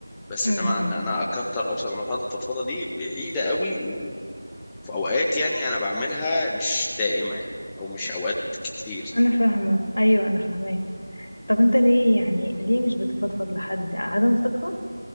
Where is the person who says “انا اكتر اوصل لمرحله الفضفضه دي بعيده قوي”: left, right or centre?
Centre